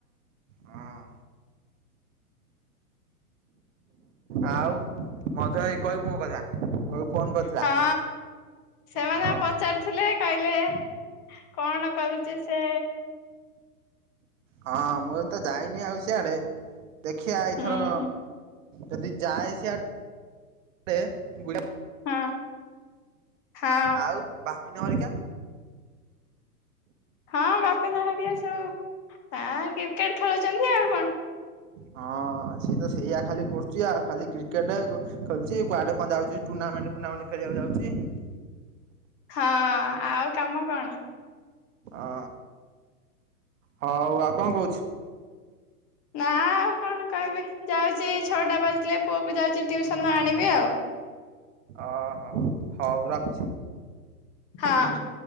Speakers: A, on the right; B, on the left.
A: ହଁ ଆଉ ମଧୁଆ ଭାଇ କହିବୁ ମୋ କଥା। କହିବୁ ଫୋନ କରିଥିଲା?
B: ହଁ ସେମାନେ
A: ହଁ
B: ପ ଚାରୁଥିଲେ କହିଲେ କଣ କରୁଛି ସେ।
A: ହଁ ମୁଁ ଏ ତ ଯାଇନି ଆଉ ସିଆଡ଼େ ଦେଖିଆ ଏଇଥର
B: ହୁଁ
A: ଯଦି ଯାଏ ସେଆ ଡ଼େ ବୁ
B: ହଁ ହଁ
A: ଆଉ ବାପିନ ହରିକା।
B: ହଁ ବାପିନା ହରିକା ସବୁଆଁ କ୍ରିକେଟ୍ ଖେଳୁଚନ୍ତି ଆଉ କଣ।
A: ହଁ ସିଏ ତ ସେଇଆ ଖାଲି କର୍ଚି ଆଉ ଖାଲି କ୍ରିକେଟ୍ ଖେଳ୍ଚି କୁଆଡ଼େ କଣ ଯାଉଚି ଟୁର୍ଣ୍ଣାମେଣ୍ଟ୍ ଫୁଣ୍ଣାମେଣ୍ଟ୍ ଖେଳିବାକୁ ଯାଉଚି।
B: ହଁ ଆଉ କାମ କଣ।
A: ଅ ହଉ ଆଉ କଣ କହୁଛୁ।
B: ନା ଆଉ କଣ କହିବି ଯାଉଚି ଛଅଟା ବାଜିଲେ ପୁଅକୁ ଯାଉଛି ଟିଉସନ୍ରୁ ଆଣିବି ଆଉ।
A: ଅହ ହଉ ରଖ୍ଛି।
B: ହଁ।